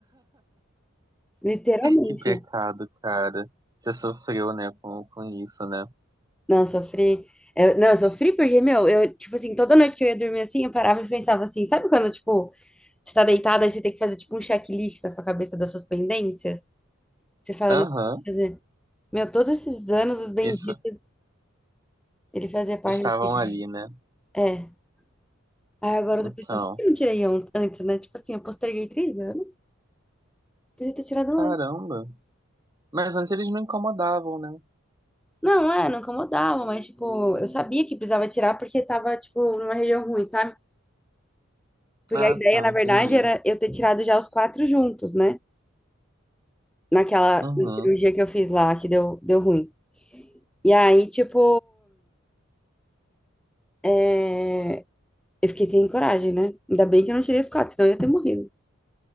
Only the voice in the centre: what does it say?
literalmente.
Não, sofri. Eu- não, eu sofri porque, meu, eu, tipo assim, toda noite que eu ia dormir assim, eu parava e pensava assim, sabe quando, tipo, você tá deitada e você tem que fazer, tipo, um checklist na sua cabeça das suas pendências? Você fala,
não, eu que fazer. Meu, todos esses anos, os benditos,
ele fazia parte.
de-
É. Aí agora
eu tô pensando, por que eu não tirei an- antes, né? Tipo assim, eu posterguei três anos, podia ter tirado
antes.
Não, é, não incomodava, mas, tipo, eu sabia que precisava tirar porque tava, tipo, numa região ruim, sabe? Porque
a ideia,
na verdade,
era eu ter tirado já os quatro juntos, né? naquela
na cirurgia que eu fiz lá, que deu, deu ruim. E aí, tipo, é, eu fiquei sem coragem, né? Ainda bem que eu não tirei os quatro, senão eu ia ter morrido.